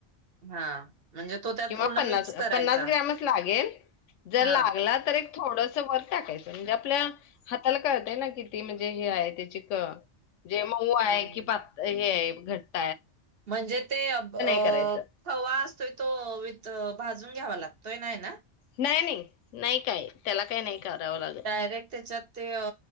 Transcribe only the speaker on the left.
किंवा
पन्स
पन्नास ग्रॅमच लागेल जर
लागला तर थोडस वर टाकायचं म्हणजे आपल्या हाताला कळत आहे ना किती म्हणजे हे आहे त्याची क जे मग वाया
आहे कि हे आहे घट
करायचं
नाही नाही नाही काय त्याला काही नाही करावं लागत